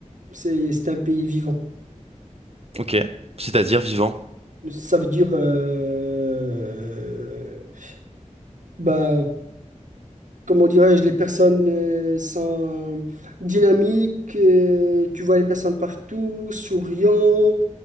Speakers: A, on the right (about 75°); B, on the right (about 50°).
A: C'est, c'est un pays vivant.
B: Ok, c'est-à-dire vivant.
A: Ça veut dire, euh, bah, comment dirais-je, les personnes euh, sont dynamiques. euh, tu vois les personnes partout, souriant.